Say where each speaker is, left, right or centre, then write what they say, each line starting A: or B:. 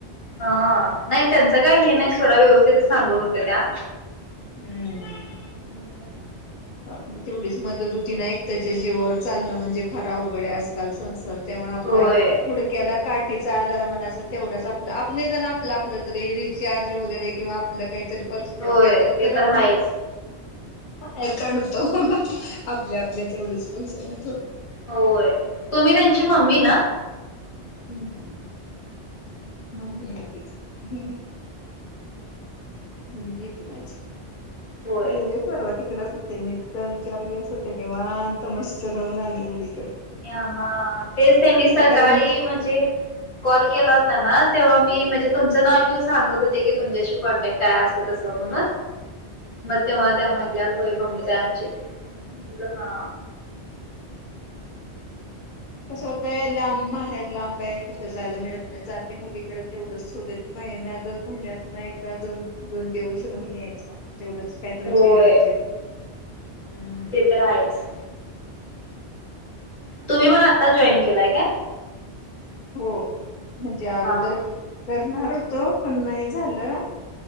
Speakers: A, on the left (about 70°); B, on the left (about 50°).
A: हं नाय त्यांचं काय हे नाय सोडा व्यवस्थितच सांगत होत्या त्या
B: हूं
A: हम्म.
B: आपली तेवढीच मदत होती ना एक त्याच्या जीवावर चालणं म्हणजे फार अवघड आहे आजकाल संसार. त्यामुळ आपला
A: होय
B: गुडक्याला काट तीचा आधार म्हणायचा तेवढाच आपलं आपलं निदान आपलं तरी रिचार्ज वगैरे किंवा आपलं काहीतरी पर्सनल
A: होय
B: काहीतरी
A: ते
B: तर आपण
A: आहेच.
B: अडकढूतो. आपल्या आपल्या तेवढ्याच पैशानं
A: होय. तुम्ही त्यांची मम्मी ना
B: हम्म मम्मी हाय तिची मुलगी ये माझी
A: होय
B: गेलेली परवा ती तिकडेच होते मी दोन चार दिवस होते निवांत मस्त राहून आले मुली
A: अ हा तेच त्यांनी सकाळी
B: कारण
A: म्हणजे कॉल केला होता ना तेव्हा मी म्हणजे तुमचं नाव घेऊन सांगत होते की तुमच्याशी कॉन्टॅक्ट आहे असं तसं म्हणून म तेव्हा त्या म्हण होय मम्मीचं आहे आमची म्हणल हा
B: कसं होतंय लांब बाहेर लांब आहे कुठे जायला मिळत नाही जाते मुलीकडे तेवढंच थोड महिन्या दोन महिन्यात ना एकदा जाऊन दोन दिवस राहून यायचे तेवढंच काहीतरी
A: होय
B: चेंज होते हम्म
A: ते तर आहेच तुम्ही पण आत्ताच जॉईन केलाय काय
B: हो म्हणजे अगोदर
A: हा हा
B: करणार होत पण नाही झालं